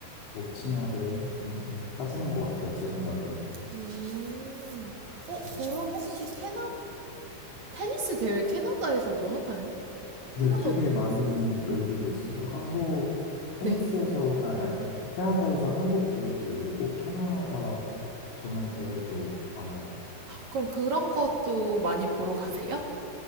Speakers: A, on the left; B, on the right.
A: 못 치냐를 좀 따지는 것 같아요. 제 생각에는.
B: 음. 어,
A: 음.
B: 그럼 혹시 캐나 테니스 대회 캐나다에서도 하나요?
A: 네,
B: 캐나다
A: 되게
B: 오픈이
A: 많이
B: 있어요.
A: 열리고 있어요. 한국 테니스에서,
B: 네.
A: 아, 아, 캐나다에서 한국 대회도 열리고, 캐나다 전용 대회도 많아요.
B: 그럼 그런 것도 많이 보러 가세요?